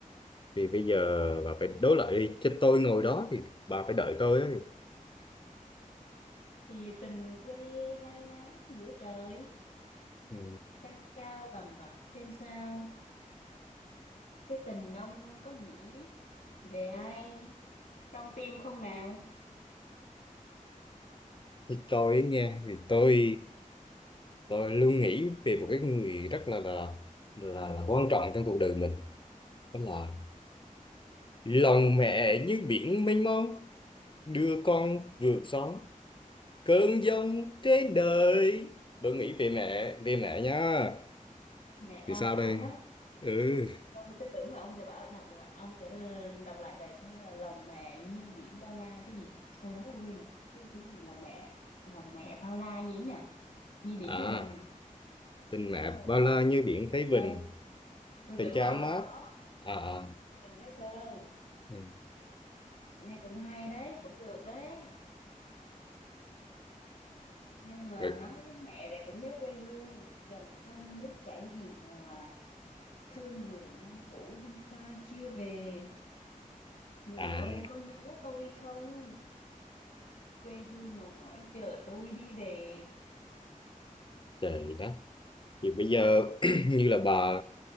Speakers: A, on the left; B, on the left.
A: thì bây giờ bà phải đối lại đi chứ tôi ngồi đó thì bà phải đợi tôi ấy.
B: Thì tình quê lai láng giữa trời.
A: Ừ.
B: trăng cao vằng vặc trên sao cái tình ông có nghĩ về ai trong tim không nào
A: Thì tôi ấy nghe thì tôi Tôi luôn nghĩ về một cái người rất là là là, là quan trọng trong cuộc đời mình đó là lòng mẹ như biển mênh mông đưa con vượt sóng cơn giông trên đời tôi nghĩ về mẹ về mẹ nha
B: mẹ cao
A: thì sao
B: cả
A: đây
B: quá
A: ừ
B: tôi tôi tưởng là ông sẽ bảo đọc là ông sẽ đọc lại bài thơ lòng mẹ như biển bao la cái gì câu đó tôi quên rồi cái cái gì lòng mẹ lòng mẹ bao la gì ấy nhở như biển
A: à
B: Thái Bình
A: tình
B: có
A: mẹ
B: câu
A: bao
B: đó
A: la như biển Thái
B: ừ
A: Bình
B: tôi
A: tình
B: tưởng
A: cha
B: là ông
A: mát
B: đọc câu đó
A: à à,
B: dần Thái Sơn
A: ừ.
B: nghe cũng hay đấy cũng được đấy Nhưng mà
A: rồi.
B: nói đến mẹ lại cũng nhớ quê hương, dòng sông nước chảy hiền hòa, thương người năm cũ đi xa chưa về. Người
A: à
B: ơi có nhớ tôi không? Quê hương mòn mỏi chờ tôi đi về.
A: trời đất thì bây giờ <clears throat> như là bà